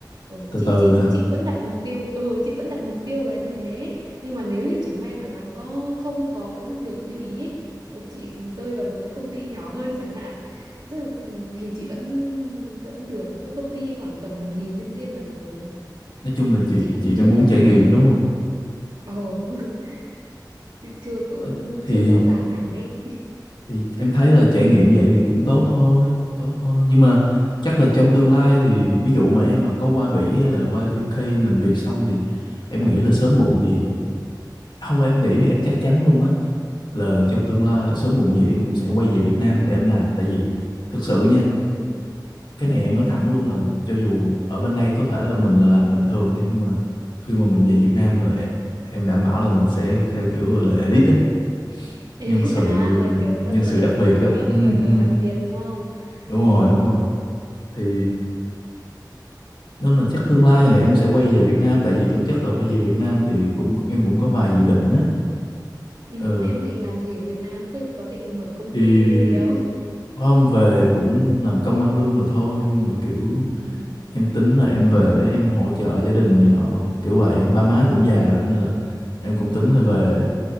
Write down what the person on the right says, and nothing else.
ừ,
chị
chị
chị vẫn đặt mục tiêu ừ chị vẫn đặt mục tiêu là như thế nhưng mà nếu như chẳng may mà nó có không có được như ý ấy, chị rơi vào một cái công ty nhỏ hơn chẳng hạn tức là ừ, thì chị vẫn vẫn được tức là công ty khoảng tầm một nghìn nhân viên là được rồi
chứ
chị cũng
chưa
cần
lớn
lắm
ồ <laughs> chị chưa cũng
chưa rõ ràng hẳn ấy <laughs>
ừ
ừ
elite
à là kiểu rất
là
cao
cấp
là kiểu
đặc biệt đúng không
ừ
ừ
em định làm gì ở Việt Nam tức là có định mở công ty
hay gì không
<laughs> ừ
ừ
ờ